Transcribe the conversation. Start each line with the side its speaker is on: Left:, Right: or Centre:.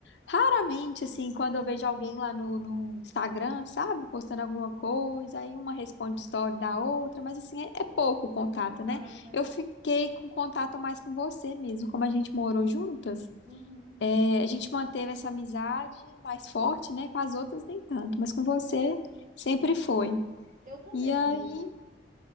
Left: Raramente, assim, quando eu vejo alguém lá no, no Instagram, sabe, postando alguma coisa, aí uma responde story da outra, mas assim, é, é pouco o contato,
Right: É muito raro,
Left: né?
Right: né?
Left: Eu fiquei com contato mais com você mesmo, como a gente morou juntas,
Right: Uhum.
Left: é, a gente manteve essa amizade mais forte, né? Com as outras nem tanto, mas com você
Right: É,
Left: sempre foi.
Right: eu também,
Left: E aí
Right: amiga.